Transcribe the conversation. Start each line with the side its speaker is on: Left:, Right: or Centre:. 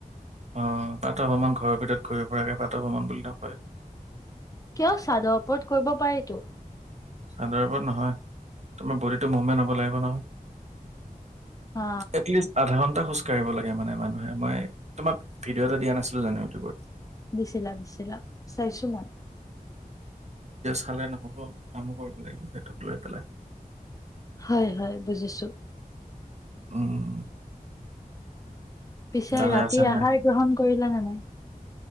Right: অহ, প্ৰাত ভ্ৰমণ ঘৰৰ ভিতৰত ঘূৰি ফুৰাকে ভ্ৰমণ বুলি নকয়।
Left: কিয়? চাদৰ ওপৰত কৰিব পাৰিতো।
Right: চাদৰ ওপৰত নহয় তোমাৰ বডিটো মুভমেণ্ট হ'ব লাগিব নহয়।
Left: হা,
Right: এটলিষ্ট আধা ঘণ্টা খোজ কাঢ়িব লাগে মানে মানুহে মই তোমাক ভিডিঅ' এটা দিয়া নাছিলো জানো ইউটিউবত।
Left: দিছিলা - দিছিলা চাইছো মই।
Right: খালে নহ'ব কামো কৰিব লাগিব সিহঁতক লৈ পেলাই।
Left: হয় -হয় বুজিছো।
Right: উম
Left: পিছে
Right: দাদা
Left: ৰাতিৰ
Right: আছে
Left: আহাৰ
Right: নাই
Left: গ্ৰহণ কৰিলা নে নাই?